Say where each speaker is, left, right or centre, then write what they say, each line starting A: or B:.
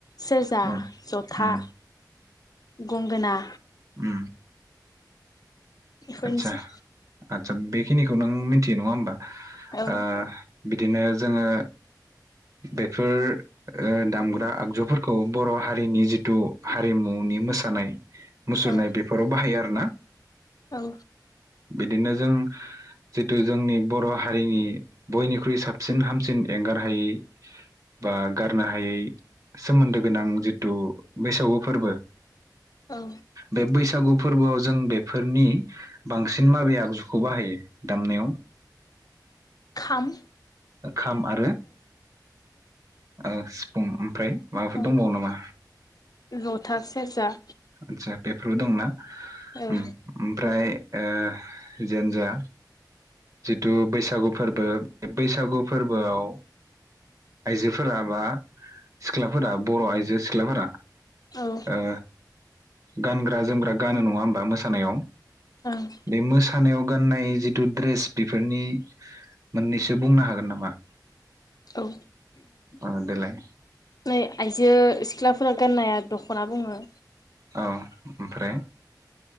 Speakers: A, on the left; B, on the right.
A: सेरजा
B: उम
A: जथा
B: उम
A: गंगोना
B: उ
A: बेफोरनोसै
B: आदसा आदसा बेखिनि खौ नों मिथियो नङा होमबा?
A: औ
B: आ बि दिनो जोङो बेफोर ओ दामग्रा आगजु फोरखौ बर' हारिनि जिथु हारिमुनि मोसानाय मुसुरनाय
A: औ
B: बेफोराव बाहायो आरो ना
A: औ
B: बिदिनो जों जिथु जोंनि बर' हारिनि बयनिख्रुइ साबसिन हामसिन एंगार हायै बा गारनो हायै सोमोन्दो गोनां जिथु बैसागु फोरबो
A: औ
B: बे बैसागु फोरबोआव जों बेफोरनि बांसिन माबे आगजुखौ बाहायो दामनायाव?
A: खाम
B: खाम आरो ओ सि फुं ओमफ्राय? माबाफोर
A: अउ
B: दंबावो नामा
A: जथा सेरजा
B: आतसा बेफोरबो दंना?
A: औ
B: ओम ओमफ्राय ओ जेयानोजा जिथु बैसागु फोरबो बे बैसागु फोरबोआव आइजोफोरा बा सिख्लाफोरा बर' आइजो सिख्लाफोरा
A: औ
B: ओ गानग्रा जोमग्रा गानो नङा होमबा मोसानायाव।
A: ओं
B: बे मोसानायाव गाननाय जिथु द्रेस बेफोरनि मोननैसो बुंनो हागोन नामा?
A: औ
B: ओ देलाय
A: नै आइजो सिख्लाफोरा गाननाया दख'ना बुङो।
B: औ ओमफ्राय